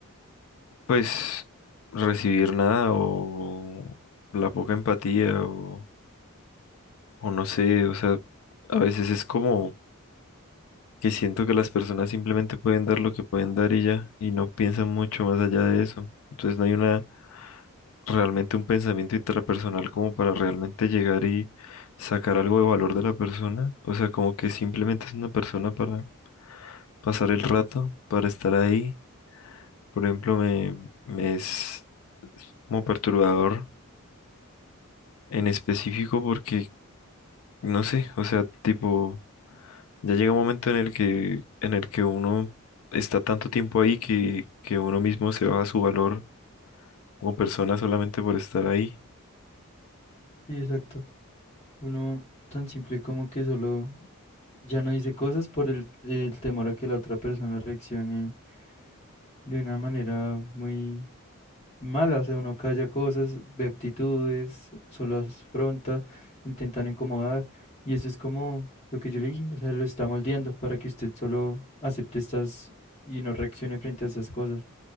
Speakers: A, on the left; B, on the left.
A: pues recibir nada o la poca empatía o, o no sé, o sea, a veces es como que siento que las personas simplemente pueden dar lo que pueden dar y ya, y no piensan mucho más allá de eso. Entonces no hay una realmente un pensamiento intrapersonal como para realmente llegar y sacar algo de valor de la persona. O sea, como que simplemente es una persona para pasar el rato, para estar ahí. Por ejemplo, me, me es como perturbador en específico porque, no sé, o sea, tipo, ya llega un momento en el que, en el que uno está tanto tiempo ahí que, que uno mismo se baja su valor como persona solamente por estar ahí.
B: Sí, exacto. Uno tan simple como que solo... Ya no dice cosas por el, el temor a que la otra persona reaccione de una manera muy mala, o sea, uno calla cosas, ve actitudes, solo las afronta, intentan incomodar, y eso es como lo que yo le dije, o sea, lo está moldeando para que usted solo acepte estas y no reaccione frente a esas cosas.